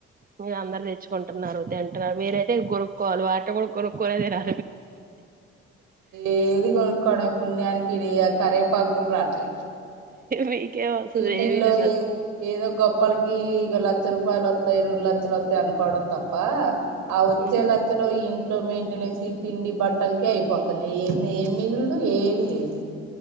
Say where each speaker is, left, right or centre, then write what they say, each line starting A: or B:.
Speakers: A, on the right; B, on the right.
A: మీరు అందరు తెచ్చుకుంటున్నారు తింటున్నారు మీరైతే కొనుక్కోవాలి వాటిని కూడా కొనుక్కోలేదిరా
B: ఏది కొనుక్కోవడం పుణ్యానికి ఇది కరివేపాకు కూడా రాట్లే
A: మీకేం అసలు
B: ఈటిల్లో
A: ఏమి రాదు
B: ఏదో గొప్పలకి ఇక లక్ష రూపాయలు వత్తాయి రెండు లక్షలు వత్తాయి అనుకోవడం తప్ప ఆ వచ్చే
A: ఉహు
B: లచ్చలో ఇంట్లో మే యింటెనెన్స్ తిండి బట్టలకి అయిపోతున్నాయి ఏంది ఏం మిగులుడు ఏమి లేదు